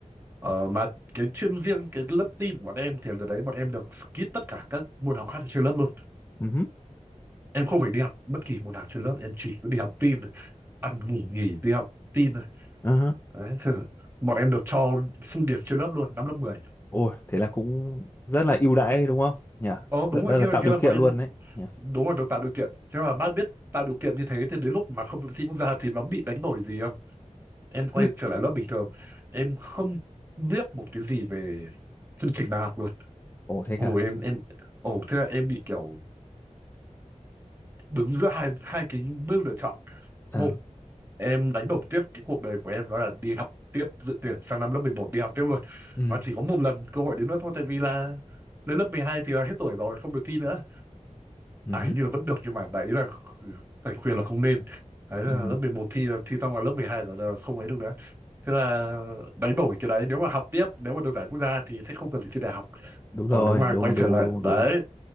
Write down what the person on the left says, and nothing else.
ừ hứ,
ờ hả.
Ôi, thế là cũng rất là ưu đãi đấy đúng không? Nhỉ?
Rất
là,
là
tạo
điều
kiện
luôn đấy. Nhỉ?
<laughs>
Ồ thế
cả.
À,
ừ,
ừ,
ừ,
đúng
rồi,
đúng
đúng
đúng đúng.